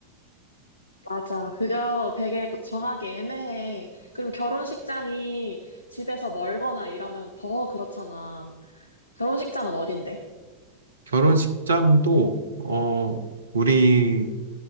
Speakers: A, on the left; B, on the right.
A: 맞아. 그거 되게 정하기 애매해. 그리고 결혼식장이 집에서 멀거나 이러면 더 그렇잖아. 결혼식장은 어딘데?
B: 결혼식장도, 어, 우리,